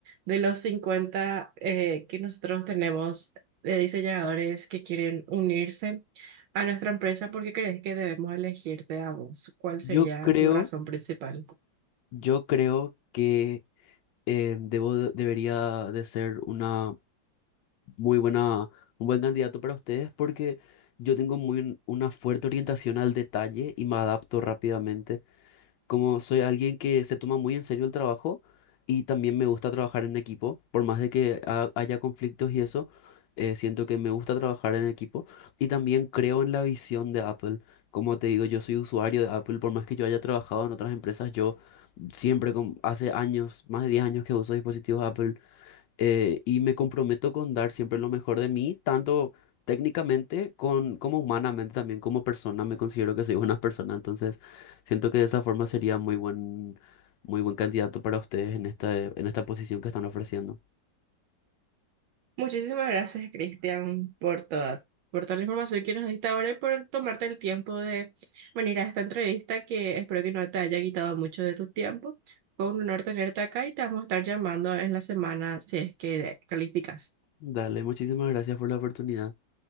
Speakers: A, on the right; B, on the left.
A: de los 50 eh, que nosotros tenemos de diseñadores que quieren unirse a nuestra empresa, por qué crees que debemos elegirte a vos? ¿Cuál sería
B: Yo creo...
A: tu razón principal?
B: Yo creo que eh, debo de- debería de ser una muy buena, un buen candidato para ustedes porque yo tengo muy un- una fuerte orientación al detalle y me adapto rápidamente como soy alguien que se toma muy en serio el trabajo y también me gusta trabajar en equipo, por más de que ha- haya conflictos y eso, eh, siento que me gusta trabajar en equipo y también creo en la visión de Apple. Como te digo, yo soy usuario de Apple, por más que yo haya trabajado en otras empresas, yo siempre, con- hace años, más de 10 años que uso dispositivos Apple eh, y me comprometo con dar siempre lo mejor de mí, tanto técnicamente con, como humanamente también como persona. Me considero que soy una <laughs> persona, entonces siento que de esa forma sería muy buen, muy buen candidato para ustedes en esta, en esta posición que están ofreciendo.
A: Muchísimas gracias, Cristian, por toda, por toda la información que nos diste ahora y por tomarte el tiempo de venir a esta entrevista que espero que no te haya quitado mucho de tu tiempo. Fue un honor tenerte acá y te vamos a estar llamando en la semana si es que calificas.
B: Dale, muchísimas gracias por la oportunidad.